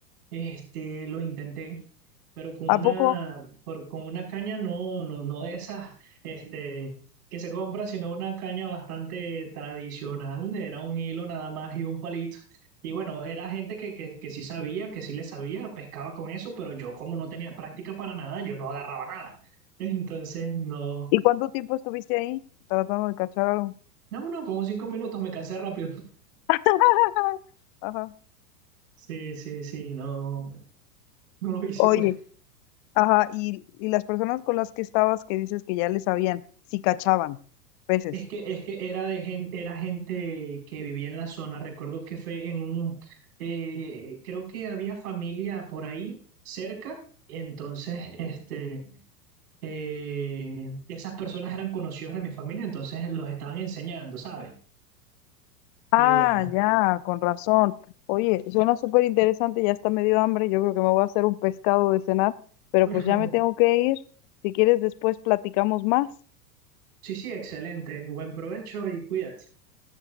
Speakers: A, on the right; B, on the left.
A: Este, lo intenté, pero con una,
B: ¿A poco?
A: por- con una caña no, no, no de esas, este, que se compra, sino una caña bastante tradicional. Era un hilo nada más y un palito. Y bueno, era gente que, que, que sí sabía, que sí le sabía, pescaba con eso, pero yo como no tenía práctica para nada, yo no agarraba nada. <laughs> Entonces, no,
B: ¿Y cuánto tiempo estuviste ahí tratando de cachar algo?
A: no, no, como cinco minutos, me cansé rápido.
B: <laughs> Ajá.
A: Sí, sí, sí, no, no lo hice,
B: Oye,
A: pues.
B: ajá, y, y las personas con las que estabas que dices que ya les sabían, si cachaban peces.
A: Es que, es que era de gente, era gente que vivía en la zona. Recuerdo que fue en un, eh, creo que había familia por ahí cerca. Entonces, este, eh, esas personas eran conocidos de mi familia, entonces los estaban enseñando, ¿sabes?
B: Ah,
A: Y bueno,
B: ya, con razón. Oye, suena súper interesante, ya está medio hambre, yo creo que me voy a hacer un pescado de cenar, pero
A: <laughs>
B: pues ya me tengo que ir. Si quieres, después platicamos más.
A: sí, sí, excelente. Buen provecho y cuídate.